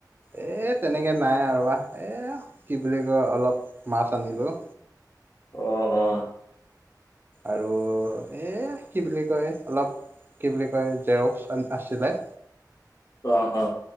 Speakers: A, on the right; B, on the left.
A: এই তেনেকে নাই আৰু ৰবা, এ কি বুলি কয় অলপ মাছ আনিলোঁ।
B: অঁ' অঁ'।
A: আৰু এ কি বুলি কয় অলপ কি বুলি কয় জেৰক্স আছিলে-
B: অ অ